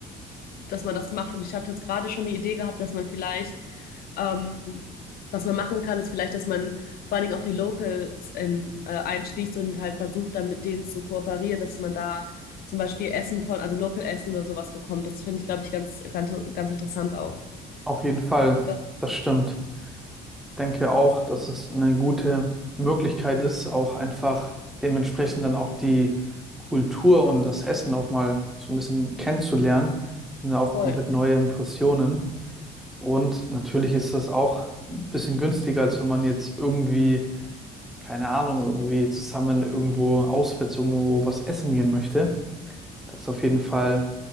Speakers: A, on the left; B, in the centre.
A: dass man das macht. Und ich hatte jetzt gerade schon die Idee gehabt, dass man vielleicht, ähm, was man machen kann, ist vielleicht, dass man vor allen Dingen auch die Locals in, äh, einschließt und halt versucht, dann mit denen zu kooperieren, dass man da zum Beispiel Essen von, also Local Essen oder sowas bekommt. Das finde ich, glaube ich, ganz, ganz, ganz interessant auch.
B: Auf jeden Fall,
A: Ja,
B: das stimmt. denke auch, dass es eine gute Möglichkeit ist, auch einfach dementsprechend dann auch die Kultur und das Essen auch mal so ein bisschen kennenzulernen. Das sind ja auch
A: voll.
B: komplett neue Impressionen. Und natürlich ist das auch ein bisschen günstiger, als wenn man jetzt irgendwie, keine Ahnung, irgendwie zusammen irgendwo auswärts irgendwo was essen gehen möchte. Das ist auf jeden Fall